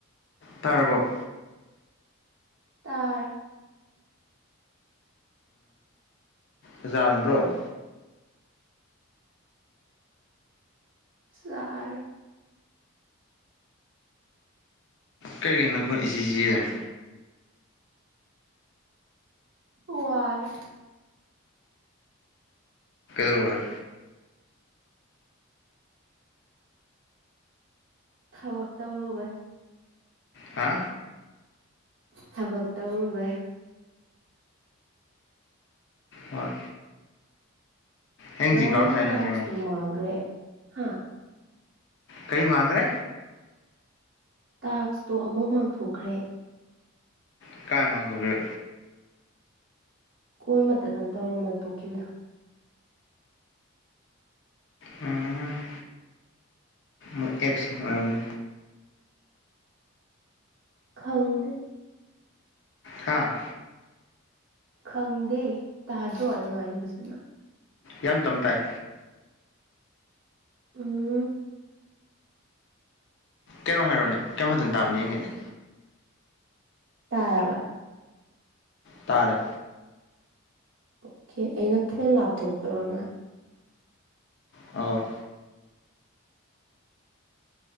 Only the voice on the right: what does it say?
ꯇꯔ
ꯁꯥꯔ
ꯑꯔ
ꯊꯕꯥꯛ ꯇꯎꯔꯃꯦ
ꯊꯕꯛ ꯇꯧꯔꯨꯕꯩ
ꯉꯔꯥꯡꯒꯤ
ꯇꯥꯛꯁꯇꯨ ꯃꯥꯡꯈ꯭ꯔꯦ ꯍꯥꯥ
ꯇꯥꯛꯁꯇꯣ ꯑꯃꯨꯛ ꯃꯥꯡꯊꯣꯛꯈ꯭ꯔꯦ
ꯀꯣꯜ ꯃꯇꯠ ꯑꯃ ꯇꯧꯔꯝꯃ ꯇꯣꯛꯈꯤꯕꯗꯨꯣ
ꯈꯪꯗ
ꯈꯪꯗꯦ ꯇꯥꯗ꯭ꯔꯣ ꯍꯥꯏꯉꯥꯏ ꯐꯖꯅ
ꯎꯝ
ꯇꯥꯕ
ꯑꯣꯀꯦ ꯑꯩꯅ ꯐꯣꯟ ꯂꯥꯞꯊꯣꯛꯄꯕꯃꯥ